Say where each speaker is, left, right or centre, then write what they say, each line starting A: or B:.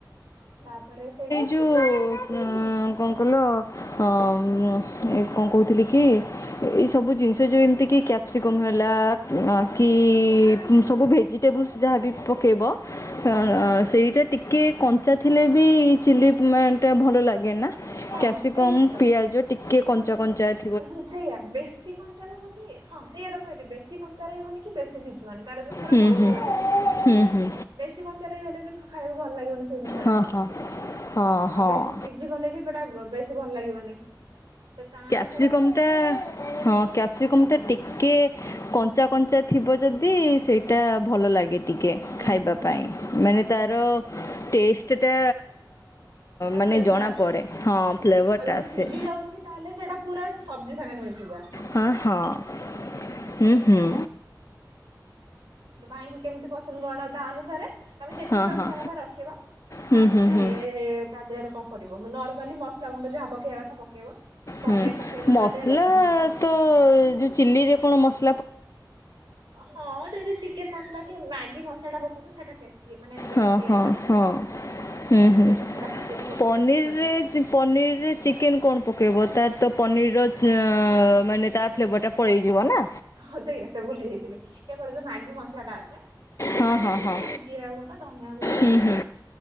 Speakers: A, on the right; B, on the left.
A: ତାପରେ ସେଇ
B: ଯୋଉଁ କଣ କଲ ହଁ ଏ କଣ କହୁଥିଲି କି ଏଇ ସବୁ ଜିନିଷ ଯୋଉ ଏମିତି କି୍ୟା କ୍ୟାସ୍ପିକମ୍ ହେଲା
A: ହଁ
B: କି ସବୁ ଭେଜିଟେବୁଲ୍ସ ଯାହାବ ପକାଇବ। ସେଇଟା
A: ହଁ
B: ଟିକେ କଞ୍ଚା ଥିଲେ ବି ଚିଲି ଟ ଭଲ ଲାଗେ ନା
A: ହଁ
B: କ୍ୟାପସିକମ୍
A: ସେଇଟା
B: ପିଆଜ ଟିକେ କଞ୍ଚା କଞ୍ଚା ଅ
A: ହୁଁ ସେଇୟା ବେଶୀ କଞ୍ଚା ନୁହଁ କି ହଁ ସେଇୟା ତ କହିଲେ ବେଶୀ କଞ୍ଚା ରହିବନି କି ବେଶୀ ସିଝିବନି ତାର ଯୋଉ ପୁରା
B: ହୁଁ
A: ମଝି
B: ହୁଁ
A: ଭାଗଟା।
B: ହୁଁ ହୁଁ
A: ବେଶୀ କଞ୍ଚା ରହିଗଲେ ବି ଖାଇକୁ ଭଲ ଲାଗିବନି ସେ ଜିନିଷ।
B: ହଁ ହଁ। ହଁ ହଁ
A: ଆଉ ବେଶୀ ସିଝି ଗଲେ ବି ପଟା ବେଶୀ ଭଲ ଲାଗିବନି ତ ତା ଅନୁ
B: ସିକମ୍ ଟା ହଁ କ୍ୟାପ୍ସିକମ୍ ଟା ଟିକେ କଞ୍ଚା କଞ୍ଚା ଥିବ ଯଦି ସେଇଟା ଭଲ ଲାଗେ। ଟିକେ
A: ହୁଁ
B: ଖାଇବା
A: ହୁଁ
B: ପାଇଁ ମାନେ
A: ହୁଁ
B: ତାର ଟେଷ୍ଟଟା
A: ତା
B: ମାନେ
A: ଫ୍ଲେଭର
B: ଜଣାପଡ଼େ
A: ଆସେ
B: ହଁ ଫ୍ଲେଭରଟା
A: ଆଉ ଯଦି
B: ଆସେ।
A: ସିଝି ଯାଉଛି ତାହେଲେ ସେଇଟା ପୁରା ସବଜି ସାଙ୍ଗରେ ମିଶିଯା।
B: ହଁ ହଁ ହୁଁ ହୁଁ।
A: ତ ଭାଇଙ୍କୁ କେମିତି ପସନ୍ଦ କରଣ ତା ଅନୁସାରେ? ତମେ ଯେତିକି
B: ହଁ
A: ରଖିବା
B: ହଁ
A: କଥା ରଖିବ
B: ହୁଁ
A: ତାପରେ
B: ହୁଁ ହୁଁ
A: ତା ଦେହରେ କଣ ପଡିବ ମୁ ନର୍ମାଲି ମସଲା ଗୁଣ୍ଡ ଯାହା ପକେଇବା କଥା ପକେଇବ ପନିର
B: ହୁଁ
A: ପକେଇଲା
B: ମସଲା
A: ତା ଦେହରେ।
B: ତ ଯୋଉ ଚିଲ୍ଲିରେ କଣ ମସ
A: ହଁ ଯଦି ଚିକେନ ମସଲା କି ମା ଏ ମସଲା ଟା ପକଉଛ ସେଟା ଟଷ୍ଟି ମାନେ ଟିକେ
B: ହଁ
A: ଟେଷ୍ଟ
B: ହଁ
A: ଆସେ
B: ହଁ
A: ତାର।
B: ହୁଁ ହୁଁ
A: ସେଇ ଜିନିଷ ଟା ଖାଲି ଯଦି ପକେଇବ
B: ପନିରରେ
A: ଠିକ୍ ଅଛି।
B: ପନିରରେ ଚିକେନ କଣ ପକେଇବ ତାର ତ ପନିରର ମାନେ ତା ଫ୍ଲେଭରଟା ପଳେଇଯିବ ନା।
A: ହଁ ସେଇଆ ସେ ଭୁଲି ଯାଇଥିଲି କେବଳ ଯୋଉ ମାଗି ମସଆ ଟା ଆସେ। ସେଇଟା
B: ହଁ
A: ପକେଇବ
B: ହଁ ହଁ
A: ନହେଲେ ଜିରା ଗୁଣ୍ଡ, ଧନିଆ ଗୁଣ୍ଡ।
B: ହୁଁ ହୁଁ